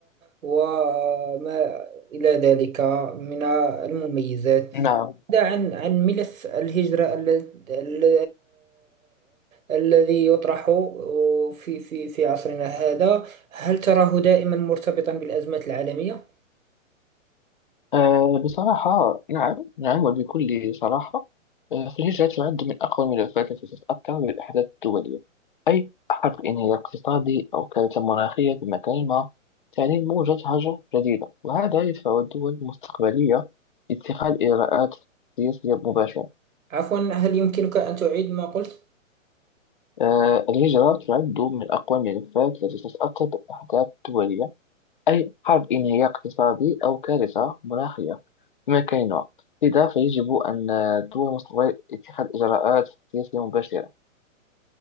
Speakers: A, on the right (about 80°); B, on the left (about 40°).
A: وما إلى ذلك من المميزات
B: نعم
A: بعد عن عن ملف الهجرة ال- ال- الذي يطرح آه، في في في عصرنا هذا هل تراه دائما مرتبطا بالأزمات العالمية؟
B: آه، بصراحة نعم نعم وبكل صراحة آه، فالهجرة تعد من أقوى ملفات التي تتأثر بالأحداث الدولية أي حرب انهيار اقتصادي أو كارثة مناخية في مكان ما تعني موجة هجر جديدة وهذا يدفع الدول المستقبلية لاتخاذ إجراءات سياسية مباشرة
A: عفوا هل يمكنك أن تعيد ما قلت؟
B: آه، الهجرة تعد من أقوى الملفات التي تتأثر بالأحداث الدولية أي حرب انهيار اقتصادي أو كارثة مناخية بما كان الوقت لذا فيجب أن الدول المستقبلية اتخاذ إجراءات سياسية مباشرة